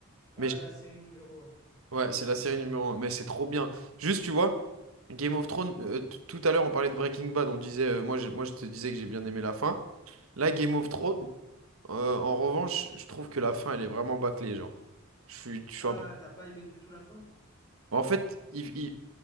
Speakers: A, on the left; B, on the right.
A: Ah,
B: Mais je-
A: la série numéro un.
B: ouais, c'est la série numéro un, mais c'est trop bien. Juste, tu vois, Game of Thrones, euh, t- tout à l'heure on parlait de Breaking Bad, on disait, euh, moi, je- moi je te disais que j'ai bien aimé la fin. Là, Game of Thrones,
A: Ok.
B: euh, en revanche, je trouve que la fin, elle est vraiment bâclée, genre. Je suis, je suis
A: Ah,
B: un peu-
A: t'as pas aimé du tout la fin?
B: Bon, En fait, il- il-